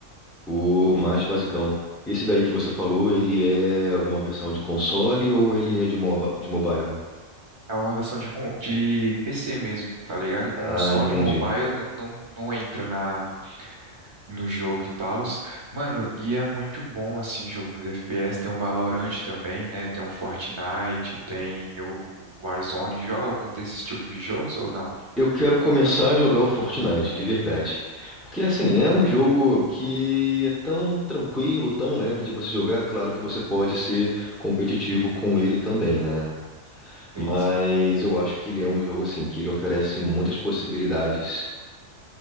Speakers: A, in the centre; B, on the right.
A: O mais basicão. Esse daí que você falou, ele é alguma versão de console ou ele é de, moba- de mobile?
B: É uma versão de, con- de PC mesmo, tá ligado? Console
A: Ah, entendi.
B: e mobile não, não, não entra na no jogo e tals. Mano, e é muito bom assim, jogo de FPS. Tem o Valorant também, né? Tem o Fortnite, tem o Warzone. Joga algum desses tipos de jogos ou não?
A: Eu quero começar a jogar o Fortnite, de verdade. Porque, assim, é um jogo que é tão tranquilo, tão leve de você jogar. Claro que você pode ser competitivo com ele também, né? Mas
B: Sim, sim.
A: eu acho que ele é um jogo, assim, que ele oferece muitas possibilidades.